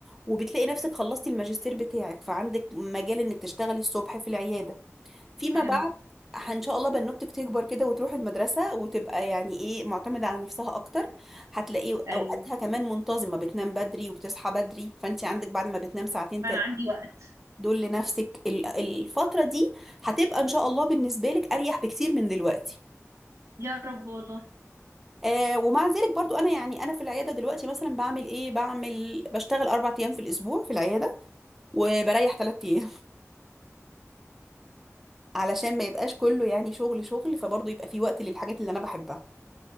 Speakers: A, in the centre; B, on the right (about 70°).
A: وبتلاقي نفسك خلصتي الماجستير بتاعك فعندك مجال انك تشتغلي الصبح في العيادة فيما
B: فهمت
A: بعد ه- ان شاء الله بنوتك تكبر كده وتروح المدرسة وتبقى يعني ايه معتمدة على نفسها اكتر هتلاقي اوقاتها
B: ايوه
A: كمان منتظمة بتنام بدري وبتصحى بدري فانت عندك بعد ما بتنام ساعتين
B: فانا عندي وقت
A: دول لنفسك ال- الفترة دي هتبقى إن شاء الله بالنسبة لك أريح بكتير من دلوقتي
B: يا رب والله
A: آه ومع ذلك برضو أنا يعني أنا في العيادة دلوقتي مثلا بعمل إيه بعمل بشتغل أربع أيام في الأسبوع في العيادة وبريح تلات أيام <laughs> علشان ما يبقاش كله يعني شغل شغل فبرضو يبقى في وقت للحاجات اللي أنا بحبها